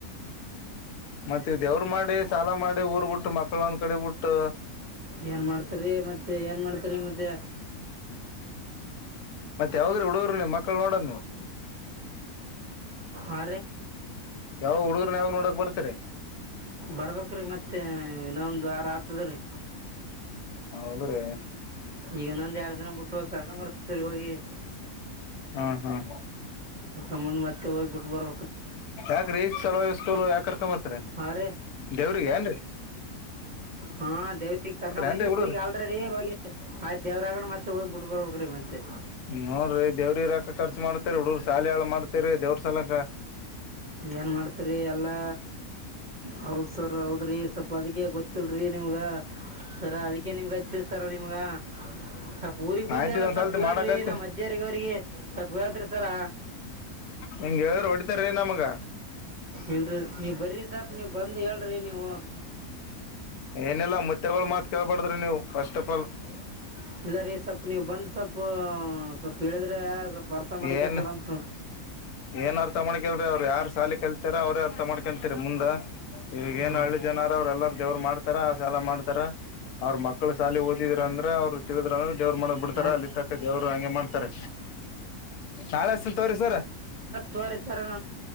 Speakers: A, on the left; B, on the right.
A: ಮತ್ತ ಇದವ್ರ ಮಾಡಿ ಸಾಲ ಮಾಡಿ ಊರ್ ಬಿುಟ್ಟು ಮಕ್ಕಳ ಒಂದ್ ಕಡೆ ಬಿುಟ್ಟು
B: ಏನ್ ಮಾಡ್ತರಿರಿ ಮತ್ತೆ ಏನ್ ಮಾಡ್ತರಿ ಮತ್ತೆ
A: ಮತ್ತೆ ಯಾವಾಗ್ರ ಹುಡುಗರು ನೀವು ಮಕ್ಕಳ ನೋಡಣ ನೀ
B: ಆ
A: ಯಾವ ಹುಡುಗ್ರ್ನ್ ಯಾವ ನೋಡಕ್ ಬರ್ತರಿ
B: ಬರ್ಬೇಕ್ರೀ ಮತ್ತೆ ಇನ್ನೊಂದು ಆರ ಆತದ ರೀ
A: ಹ ಹೌದ್ರೀ
B: ಈಗನ್ನೊಂದು ಎಡು ದನ ಬಿಟ್ಟು ಕರ್ಕೊಂಡ ಬರ್ತರಿ ಹೋಗಿ
A: ಹ್ಮ್ ಹ್ಮ್
B: ಮ್ಮಂದ ಮತ್ತೆ ಹೋಗ್ಬ ಬಿಟ್ಟು ಬರ್
A: ಯಾಕ್ರೀ ಸಲಕಲ್ ಯಾಕರ್ಕೊಂಬರ್ತಾರ
B: ಹಾಂ ರೀ
A: ದೇವ್ರಿಗೆ ಏನ್ೀ
B: ಹಾ ದೇವ್ರಗ್ ಕರ್ಕೊಂಡ ಬಂದಿವ
A: ಏನ್ರಿ ಹುಡುಗರು
B: ಆಲ್ ರ ಮತ್ ದೇವ್ರರಾಗಡೆ ಮತ್ತೆ ಹೋಗ್ ಬಿಟ್ ಬರ್ಬೇಕ್ರೀ ಮತ್ತೆ
A: ನೋಡ್ರಿ ದೇವ್ರಿ ಇರಾಕ ಖರ್ಚ ಮಾಡತೇರಿ ಹುಡುಗ್ರ ಶಾಲ ಹಾಳ ಮಾಡ್ತೇರಿ ದೇವ್ರ ಸಾಲಕ
B: ಏನ್ ಮಾಡ್ತಿರಿ ಎಲ್ಲಾ ಹೌದ್ ಸರ್ ಹೌದ್ರಿ ಸ್ವಲ್ಪ ಅದಕ್ಕೆ ಗೊತ್ತ ಇಲ್ರರಿ ನಿಮ್ಗ ಸರ ಅದಕ್ಕೆ ನಿಮ್ಗ ಹಚ್ಚತ್ ಸರ ನಿಮ್ಗ ಸ್ವಲ್ಪ್ ಊಗ್ ಬಂದ
A: ಆಯ್ತ
B: ಅದ
A: ಇದೊಂದ್ಸಲ್ತಿ
B: ಸ್ವಲ್ಪ ಹೇಳ್ರಿ
A: ಮಾಡಕಯ್ತಿ
B: ನಮ್ಮ ಅಜ್ಜಾರಗ ಅವ್ರಿಗೆ ಸ್ವಲ್ಪ ಹೇಳೇಳ್ತ್ರಿ ಸಲ
A: ನಿಂಗಗೆ ಹೇಳ್ರರು ಹೊಡಿತಾರೀ ನಮ್ಗೆ
B: ಇಲ್ರಿ ನೀವ ಬರ್ರಿ ಸಾಪ್ ನೀವ್ ಬಂದು ಹೇಳ್ರಿ ನೀವು
A: ಏನೆಲ್ಲಾ ಮುತ್ತೆಗಳು ಮಾತ್ ಕೇಳ್ಬಾರಡ್ದ್ರಿ ನೀವುಫಸ್ಟ್ ಆಫ್ ಆಲ್
B: <unintelligible> ಇಲ್ಲ ರೀ ಸ್ವಲ್ಪ ನೀವು ಬಂದ್ ಸ್ವಲ್ಪ ಸ್ವಲ್ಪ ಹೇಳಿದ್ರೆ ಸ್ವಲ್ಪ ಅರ್ಥ ಮಾಡಕಂತಾರಂತ
A: ಏನ್ ಏನ್ ಅರ್ಥ ಮಾಡ್ಕಲ್ರಿ ಅವ್ರರು ಯಾರ್ ಸಾಲಿ ಕಲ್ತರ ಅವ್ರೇ ಅರ್ಥ ಮಾಡ್ಕತರಿ ಮುಂದ ಈವಗೇಏನು
B: ಹ್ಞೂ
A: ಹಳ್ಳಿ ಜನರ ಅವ್ರ ಎಲ್ಲಾರ ದವರು ಮಾಡ್ತಾರೆ ಸಾಲ ಮಾಡ್ತಾರ ಅವ್ರ ಮಕ್ಕಳ ಸಾಲಿ ಓದಿದ್ರ ಅಂದ್ರೆ ಅವ್ರು ತಿಗದ್ರಂದ್ರ ದೇವ್ರರು ಮಾಡ ಬಿಡ್ತಾರ
B: ಆಯ್ತು
A: ಅಲ್ಲಿ ತಕ್ಕ ದೇವರು ಹಂಗೆ ಮಾಡ್ತಾರೆ ನಾಳೆ ಅಷ್ಟ ತವ್ರಿ ಸರ
B: ದ್ವರೆ ಸರ